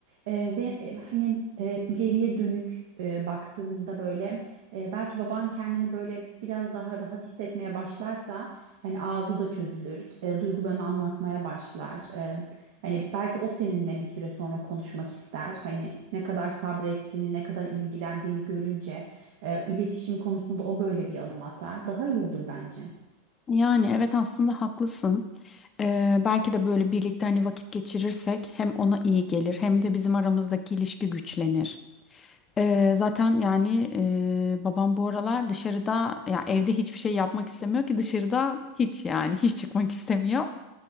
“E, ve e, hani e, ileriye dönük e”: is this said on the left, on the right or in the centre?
Right